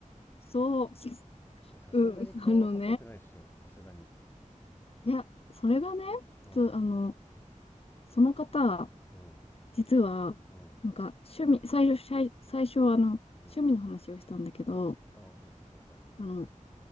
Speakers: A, on the left; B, on the left.
A: そ
B: えさすがに顔かっこよくないっしょさすがに
A: う、うん、あのね、いや、それがね、
B: うん
A: ちょ、あの、その方、
B: うん
A: 実は、
B: うん
A: なんか趣味、最初、最最初はあの、
B: うん。
A: 趣味の話をしたんだけど、
B: ああ、その人と。はいはい。
A: あの、